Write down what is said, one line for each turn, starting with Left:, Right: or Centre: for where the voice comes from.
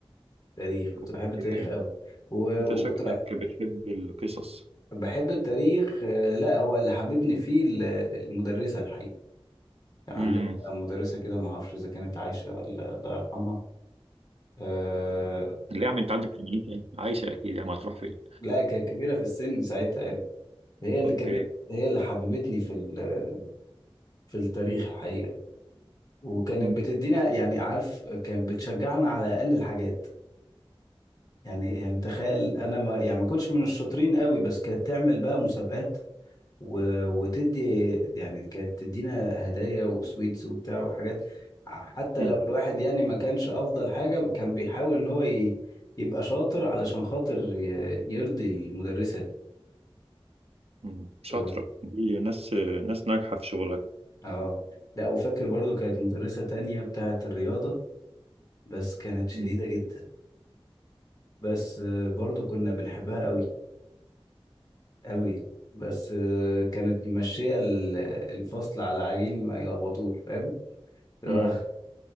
Left: تاريخ كنت
Right: اوكي
Left: بحب التاريخ قوي و-
Right: انت
Left: وكنت
Right: شكلك
Left: بح-
Right: بتحب القصص
Left: بحب التاريخ آه، لا هو اللي حببني فيه ال- المدرسه الحقيقه كان عندنا
Right: امم
Left: مدرسه كده ما اعرفش اذا كانت عايشه ولا الله يرحمها آه،
Right: ليه يا عم انت عندك في المنيا؟ عايشة اكيد يا ما هتروح فين؟
Left: لا كانت كبيرة في السن ساعتها يعني هي اللي
Right: اوكي
Left: كانت هي اللي حببتني في ال- في التاريخ الحقيقة وكانت
Right: مم.
Left: بتدينا يعني عارف كانت بتشجعنا على أقل الحاجات يعني يعني تخيل أنا ما يعني ما كنتش من الشاطرين قوي بس كانت تعمل بقى مسابقات و... وتدي يعني كانت تدينا هدايا وسويتس وبتاع وحاجات حتى
Right: مم.
Left: لو الواحد يعني ما كانش أفضل حاجة كان بيحاول إن هو ي... يبقى شاطر علشان خاطر ي... يرضي المدرسة
Right: مم. شاطرة
Left: دي
Right: دي ناس ناس ناجحة في شغلها
Left: اه لا وفاكر برضو كانت مدرسة تانية بتاعة الرياضة بس كانت شديدة
Right: مم.
Left: جدا بس آه، برضو كنا بنحبها قوي قوي بس آه، كانت ماشية ال- الفصل على عجين ما يلخبطوش فاهم اللي
Right: مم.
Left: هو